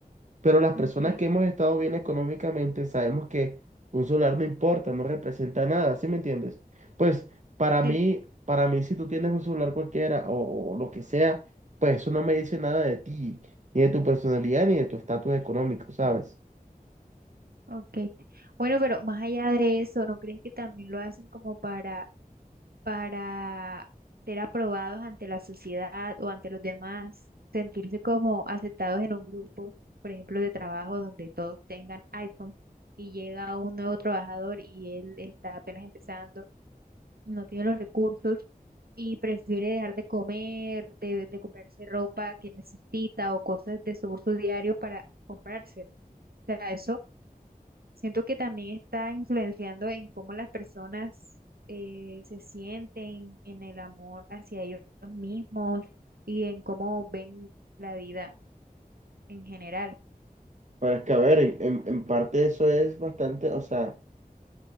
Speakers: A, on the right; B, on the right.
A: pero las personas
B: ok,
A: que hemos estado bien económicamente sabemos que un celular no importa, no representa nada, ¿sí me entiendes? Pues para
B: sí,
A: mí, para mí si tú tienes un celular cualquiera o, o lo que sea, pues eso no me dice nada de ti, ni de tu personalidad, ni de tu estatus económico, ¿sabes?
B: ok. Bueno, pero más allá de eso, ¿no creen que también lo hacen como para, para ser aprobados ante la sociedad o ante los demás? Sentirse como aceptados en un grupo, por ejemplo, de trabajo donde todos tengan iPhone y llega un nuevo trabajador y él está apenas empezando no tiene los recursos y prefiere dejar de comer, de, de comprarse ropa que necesita o cosas de su uso diario para comprárselo. O sea, eso siento que también está influenciando en cómo las personas eh, se sienten en el amor hacia ellos mismos y en cómo ven la vida en general.
A: Pero es que, a ver, en, en en parte eso es bastante, o sea,